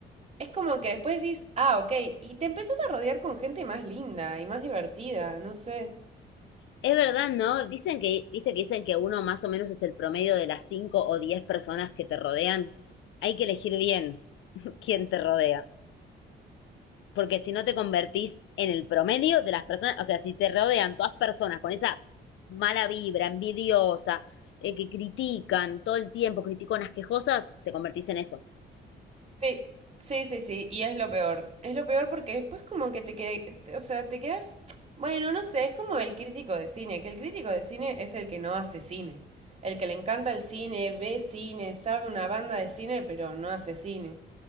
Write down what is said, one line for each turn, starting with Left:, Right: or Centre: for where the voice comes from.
Right: es como que después decís, ah, ok, y te empezás a rodear con gente más linda y más divertida, no sé.
Left: Es verdad, ¿no? Dicen que, viste que dicen que uno más o menos es el promedio de las cinco o diez personas que te rodean. Hay que elegir bien. quien te rodea. Porque si no te convertís en el promedio de las personas, o sea, si te rodean todas personas con esa mala vibra, envidiosa, eh, que critican todo el tiempo, criticonas quejosas, te convertís en eso.
Right: Sí, sí, sí, sí, y es lo peor. Es lo peor porque después como que te que, te- o sea, te quedas, bueno, no sé, es como el crítico de cine, que el crítico de cine es el que no hace cine, el que le encanta el cine, ve cine, sabe una banda de cine, pero no hace cine.